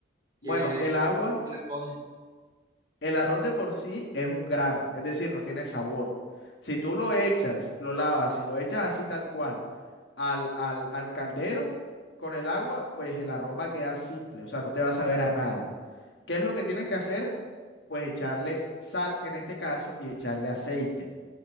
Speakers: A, on the right; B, on the left.
A: qué,
B: Bueno, el agua
A: qué le pone.
B: El arroz de por sí es un grano, es decir, no tiene sabor. Si tú lo echas, lo lavas y lo echas así tal cual al, al, al caldero con el agua, pues el arroz va a quedar simple, o sea, no te va a saber a nada. ¿Qué es lo que tienes que hacer? Pues echarle sal en este caso y echarle aceite.